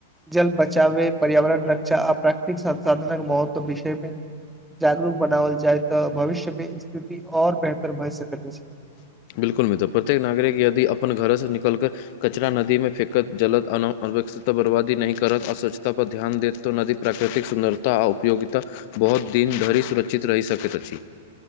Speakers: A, in the centre; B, on the left (about 50°).
A: जल बचावय, पर्यावरण रक्षा आ प्राकृतिक संसाधनक महत्वक विषयमे जागरुक बनाओल जाय, तऽ भविष्यमे स्थिति ओर बेहतर भए सकैत अछि।
B: बिल्कुल मित्र, प्रत्येक नागरिक यदि अपन घरेसँ निकलि कऽ कचरा नदीमे फेेकत, जलक अन अनावश्यकता बर्बादी नहि करत आ स्वच्छतापर ध्यान देत तऽ नदीक प्राकृतिक सुन्दरता आ उपयोगिता बहुत दिन धरि सुरक्षित रहि सकैत अछि।